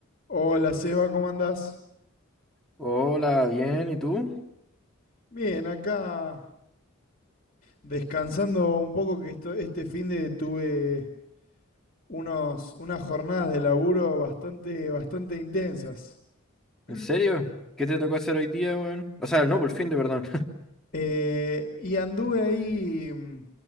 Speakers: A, on the left; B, in the centre.
A: Hola Seba, ¿cómo andás?
B: Hola, bien, ¿y tú?
A: Bien, acá descansando un poco que esto, este fin de tuve unos, unas jornadas de laburo bastante, bastante intensas. <clears throat>
B: ¿En serio? ¿Qué te tocó hacer hoy día, weón? O sea, no, por fin de perdón.
A: Eh, y anduve ahí, mm,